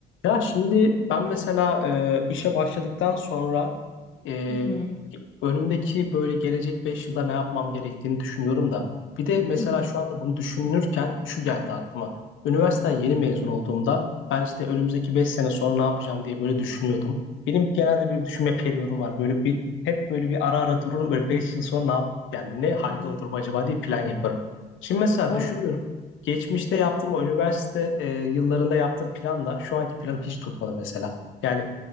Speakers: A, on the left; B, on the left.
A: Ya şimdi ben mesela e, işe başladıktan sonra e,
B: Hı hı.
A: önümdeki böyle gelecek 5 yılda ne yapmam gerektiğini düşünüyorum da. Bir de mesela
B: Hı hı.
A: şu anda bunu düşünürken şu geldi aklıma. Üniversiteden yeni mezun olduğumda ben işte önümüzdeki 5 sene sonra ne yapacağım diye böyle düşünüyordum. Benim genelde böyle düşünme periyodum var. Böyle bir hep böyle bir ara ara dururum böyle 5 yıl sonra ne yap yani ne halde
B: Evet.
A: olurum acaba diye plan yaparım. Şimdi mesela
B: Bu
A: düşünüyorum
B: arada
A: Geçmişte
B: çok
A: yaptığım o üniversite e, yıllarında yaptığım planla şu anki planım hiç tutmadı mesela. Yani